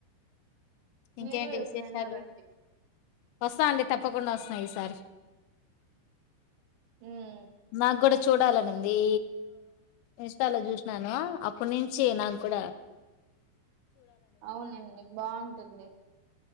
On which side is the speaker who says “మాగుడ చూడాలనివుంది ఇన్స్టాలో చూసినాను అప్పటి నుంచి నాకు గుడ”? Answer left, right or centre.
Left